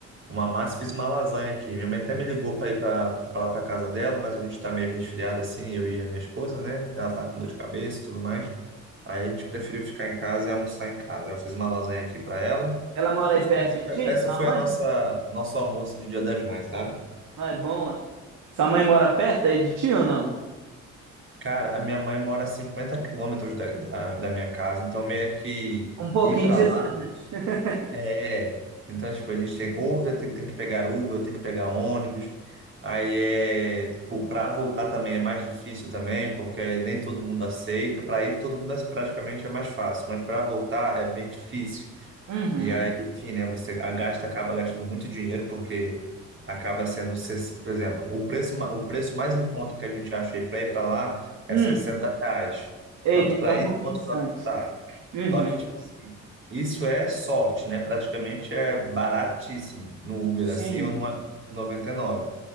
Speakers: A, on the right; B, on the right.
A: uma massa, e fiz uma lasanha aqui. Minha mãe até me ligou para ir para lá para casa dela, mas a gente tá meio resfriado assim, eu e a minha esposa, né? Ela tá com dor de cabeça e tudo mais. Aí a gente preferiu ficar em casa e almoçar em casa. Aí Eu fiz uma lasanha aqui para ela.
B: Ela mora
A: E
B: aí
A: foi-
B: perto
A: essa
B: de
A: foi
B: ti,
A: essa
B: sua
A: foi
B: mãe?
A: a nossa nosso almoço de Dia das Mães, sabe?
B: Não é bom, é? Sua mãe mora perto aí de ti ou não?
A: Cara, a minha mãe mora a 50 quilômetros da, da, da minha casa, então meio que
B: Um pouquinho
A: ir para
B: distante.
A: lá
B: <laughs>
A: é. é. Então, tipo, a gente tem, ou vai ter- tem, que pegar Uber, ou tem que pegar ônibus. Aí é, tipo, para voltar também é mais difícil também, porque nem todo mundo aceita. Para ir, todo mundo é praticamente é mais fácil, mas para voltar é bem difícil.
B: Uhum.
A: E aí, enfim, né? Você a- gasta, acaba gastando muito dinheiro, porque acaba sendo, ses- por exemplo, o preço, ma- o preço mais em conta que a gente acha aí para ir para lá é
B: Hum.
A: 60 reais,
B: Eita,
A: tanto
B: então
A: para
B: é
A: ir
B: um pouquinho
A: quanto
B: distante.
A: para voltar.
B: Uhum.
A: Só que, tipo assim, isso é sorte, né? Praticamente é baratíssimo no Uber,
B: Sim.
A: assim, ou no 99.